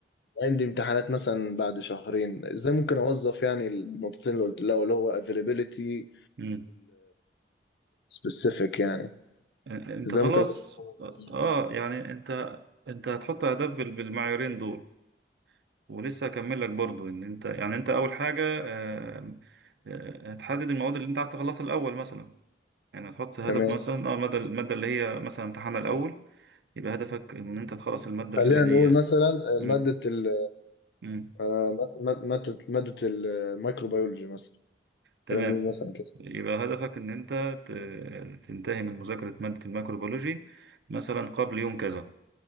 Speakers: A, on the left; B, on the right.
A: عندي امتحانات مثلا بعد شهرين ازاي ممكن اوظف يعني النقطتين اللي قلت لها اللي هو availability
B: مم.
A: سبيسيفيك يعني
B: انت
A: ازاي
B: خلاص
A: ممكن أوصفه؟
B: اه يعني انت انت هتحط اهداف بال- بالمعيارين دول ولسه هكمل لك برضو ان انت يعني انت اول حاجه آه، آه، هتحدد المواد اللي انت عايز تخلصها الاول مثلا يعني هتحط هدف
A: تمام
B: مثلا اه الماده الماده اللي هي مثلا امتحانها الاول يبقى هدفك ان انت تخلص الماده
A: خلينا
B: الفلانيه
A: نقول مثلا
B: مم.
A: مادة ال
B: مم.
A: آه، مث- ماد- مادة مادة الميكروبيولوجي مثلا
B: تمام
A: خلينا نقول مثلا كده
B: يبقى هدفك ان انت ت- تنتهي من مذاكره ماده الميكروبيولوجي مثلا قبل يوم كذا